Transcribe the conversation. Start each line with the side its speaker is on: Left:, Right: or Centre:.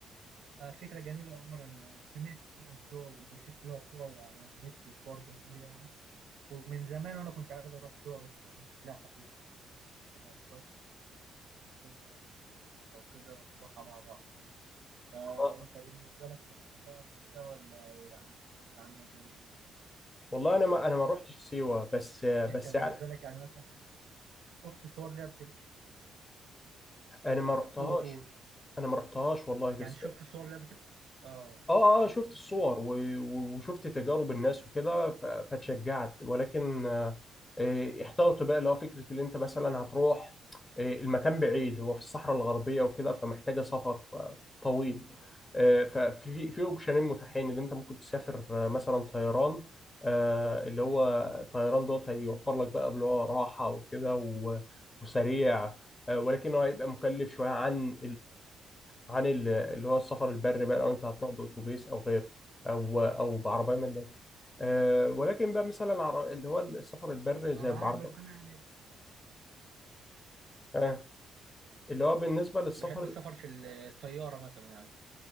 Right: آه، فكرة جميلة يا عمر أنا سمعت كتير عن سيوة وبشوف لها صور على النت صور جميلة يعني ومن زمان وأنا كنت عايز أروح سيوة بس ما كنتش لاقي حد يشوفها يعني فكويس إنك قلت لي يعني لو كده نروحها مع بعض فأنت
Left: آه،
Right: بالنسبة لك سافرتها قبل كده ولا يعني سمعت عنها زي كده؟
Left: والله أنا ما أنا ما روحتش سيوة بس آه، بس
Right: أنت بالنسبة
Left: يعني
Right: لك يعني مثلا شفت صور ليها قبل كده؟
Left: أنا ما رحتهاش
Right: قول قول
Left: أنا ما رحتهاش والله بس
Right: يعني شفت صور ليها قبل كده؟ آه
Left: اه اه شفت الصور و- و- وشفت تجارب الناس وكده ف- فاتشجعت ولكن آه، آه، احتوت بقى اللي هو فكره اللي انت مثلا هتروح آه، المكان بعيد هو في الصحراء الغربيه وكده فمحتاجه سفر آه، طويل آه، ففي في اوبشنين متاحين اللي انت ممكن تسافر آه، مثلا طيران آه، اللي هو طيران دوت هيوفر لك بقى اللي هو راحه وكده و- وسريع آه، ولكن هو هيبقى مكلف شويه عن عن ال- اللي هو السفر البري بقى لو انت هتروح باتوبيس او غيره او او بعربيه ملاكي أه ولكن بقى مثلا عر- اللي هو السفر البري
Right: أنا
Left: زي
Right: معاك
Left: بعربيه
Right: بس أنا يعني
Left: أه اللي هو بالنسبه للسفر
Right: بحب السفر في الطيارة مثلا يعني